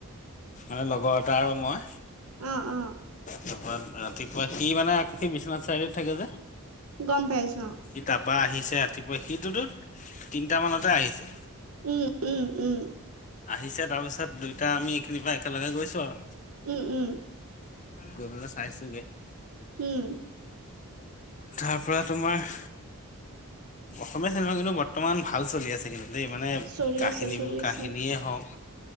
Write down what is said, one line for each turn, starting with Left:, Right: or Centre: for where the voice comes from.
Left: মানে লগৰ এটা আৰু মই
Right: অ', অ',
Left: তাৰপৰা ৰাতিপুৱা সি মানে আকৌ সি বিশ্বনাথ চাৰি আলিত থাকে যে
Right: গম পাইছোঁ অ',
Left: ই তাৰপৰা আহিছে ৰাতিপুৱা সিটোতো তিনটা মানতে আহিছে।
Right: উম, উম, উম,
Left: আহিছে তাৰপিছত দুইটা আমি খিনিপা একেলগে গৈছো আও।
Right: উম, উম,
Left: গৈ পেলাই চাইছোগে।
Right: উম।
Left: তাৰ পৰা তোমাৰ অসমীয়া চিনেমা কিন্তু বৰ্তমান ভাল চলি আছে কিন্তু দেই মানে
Right: চলিছে,
Left: কাহিনী
Right: চলিছে,
Left: কাহিনীয়েই হওক